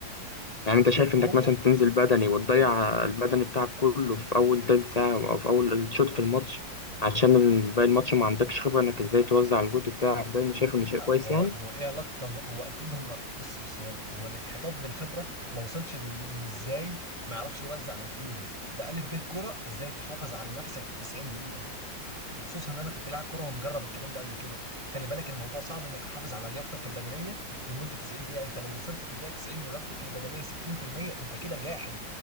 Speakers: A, on the left; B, on the right.
A: يعني انت شايف
B: وهو
A: انك مثلا تنزل بدني وتضيع البدني بتاعك كله في اول تلت ساعه او في اول شوط في الماتش عشان باقي الماتش ما عندكش خبره انك ازاي توزع الجهد بتاعك ده انا شايف انه
B: لا
A: شيء كويس
B: هو
A: يعني
B: هو ايه علاقه التوزيع هو اكيد هم بص بص هو هو الانحطاط بالخبره ما وصلش لانه ازاي ما يعرفش يوزع مجهوده ده قالت به كرة ازاي تحافظ على نفسك ال 90 وخصوصا ان انا كنت لاعب كره ومجرب الكلام ده قبل كده خلي بالك الموضوع صعب انك تحافظ على لياقتك البدنيه لمده 90 دقيقه انت لو وصلت في الدقيقه 90 ولياقتك البدنيه 60% انت كده جاحد